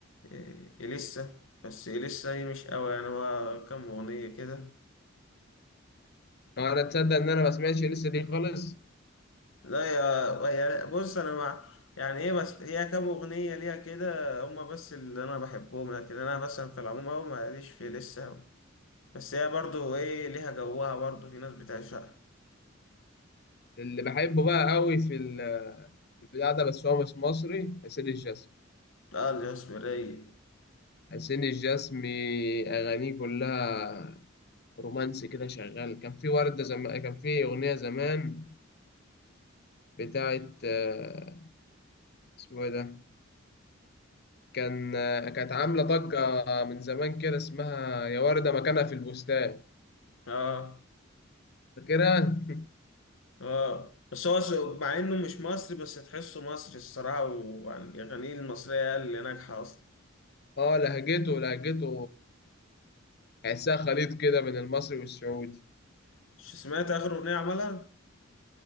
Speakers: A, on the left; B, on the left.
A: آه، إليسا بس إليسا هي مش قوي يعني هو كام أغنية كده
B: أنا تصدق إن أنا ما سمعتش لسه دي خالص
A: لا يا يا- بص أنا مع يعني إيه بس هي كام أغنية ليها كده هما بس اللي أنا بحبهم لكن أنا مثلا في العموم أوي ماليش في إليسا أوي. بس هي برضو إيه ليها جوها برضو في ناس بتعشقها
B: اللي بحبه بقى قوي في ال في البتاع ده بس هو مش مصري حسين الجسمي
A: اه الاسمرية
B: حسين الجسمي أغانيه كلها رومانسي كده شغال كان في وردة زمان كان في أغنية زمان بتاعت آه، اسمه إيه ده كان آه، كانت عاملة ضجة من زمان كده اسمها يا وردة مكانها في البستان
A: اه
B: فاكرها؟
A: اه بس هو سو- مع انه مش مصري بس تحسه مصري الصراحة ويعني الأغاني المصرية هي اللي ناجحة أصلا
B: اه لهجته لهجته تحسها خليط كده من المصري والسعودي
A: مش سمعت آخر أغنية عملها؟